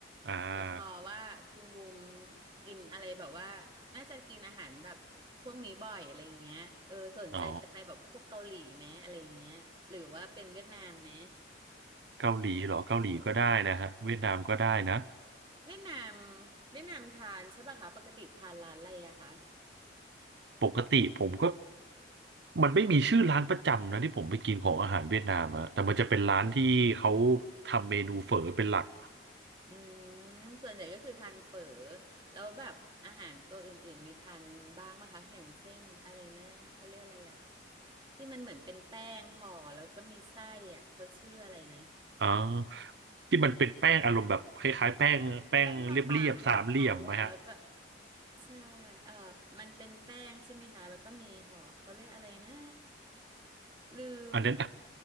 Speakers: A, on the right (about 65°); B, on the right (about 25°).
A: อ่า
B: แต่พอว่าคุณบูมกินอะไรแบบว่าน่าจะกินอาหารแบบพวกนี้บ่อยอะไรอย่างเงี้ยเออสนใจจะไปแบบพวกเกาหลีไหมอะไรอย่างเงี้ยหรือว่าเป็นเวียดนามไหม
A: อ๋อเกาหลีเหรอเกาหลีก็ได้นะฮะเวียดนามก็ได้นะ
B: เออเวียดนามเวียดนามทานใช่ป่ะคะปกติทานร้านอะไรอะคะ
A: ปกติผมก็มันไม่มีชื่อร้านประจำนะที่ผมไปกินของอาหารเวียดนามอะแต่มันจะเป็นร้านที่เขาทำเมนูเฝอเป็นหลัก
B: อืมส่วนใหญ่ก็คือทานเฝอแล้วแบบอาหารตัวอื่นๆมีทานบ้างไหมคะอย่างเช่นอะไรนะเขาเรียกอะไรอ่ะที่มันเหมือนเป็นแป้งห่อแล้วก็มีไส้อ่ะเขาชื่ออะไรนะ
A: อ่าที่มันเป็นแป้งอารมณ์แบบคล้ายๆแป้งแป้งเรียบๆสามเหลี่ยมไหมฮะ
B: แป้งบางๆของเขาว่าแล้วก็ใช่เออมันเป็นแป้งใช่ไหมคะแล้วก็มีห่อเขาเรียกอะไรนะลืมอ่ะ
A: อันนั้น